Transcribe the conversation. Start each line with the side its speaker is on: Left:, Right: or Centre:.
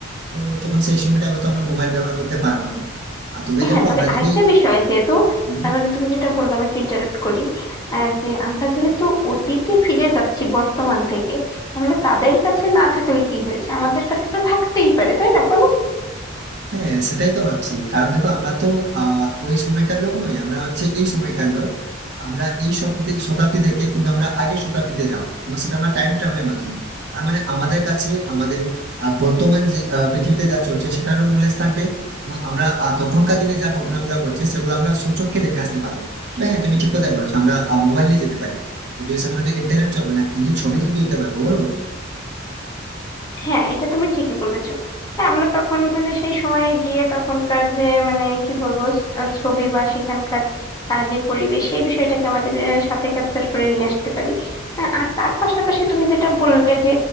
Right: তো তখন সেই সময়টা হয়তো আমরা মোবাইল ব্যবহার করতে পারবো না আর তবে দেখো
Left: হ্যাঁ তবে
Right: আমরা
Left: আরেকটা
Right: যদি
Left: বিষয় যেহেতু
Right: আহ,
Left: আহ, মানে তুমি যেটা বললে আমি একটু ইন্টারাপ্ট করি আহ, যে আমরা যেহেতু অতীতে ফিরে যাচ্ছি বর্তমান থেকে তাহলে তাদের কাছে না থাকলে কি হয়েছে আমাদের কাছে তো থাকতেই পারে তাই না বলো
Right: হ্যাঁ সেটাই তো ভাবছি কারণ দেখো আমরা তো আহ ওই সময়কার লোক নই আমরা হচ্ছে এই সময়কার লোক আমরা এই শতাব্দী শতাব্দী থেকে কিন্তু আমরা আগের শতাব্দীতে যাবো এবং সেটা আমরা টাইম ট্রাভেলের মাধ্যমে তার মানে আমাদের কাছে আমাদের আহ, বর্তমান যে আহ, পৃথিবীতে যা চলছে সেটারও নলেজ থাকবে এবং আমরা আহ, তখনকার দিনে যা ঘটনাগুলো ঘটছে সেগুলো আমরা স্বচক্ষে দেখে আসতে পারবো তো হ্যাঁ তুমি ঠিক কথাই বলেছো আমরা মোবাইল নিয়ে যেতে পারি যদিও সেখানে তো ইন্টারনেট চলবে না কিন্তু ছবি তো তুলতে পারবো বলো না
Left: হ্যাঁ এটা তুমি ঠিকই বলেছো তা আমরা তখন মানে সেই সময়ে গিয়ে তখনকার যে মানে কি বলবো স- আহ ছবি বা সেখানকার আহ, যে পরিবেশ সেই বিষয়টাকে আমাদের আহ, সাথে ক্যাপচার করে নিয়ে আসতে পারি আহ, আর তার পাশাপাশি তুমি যেটা বললে যে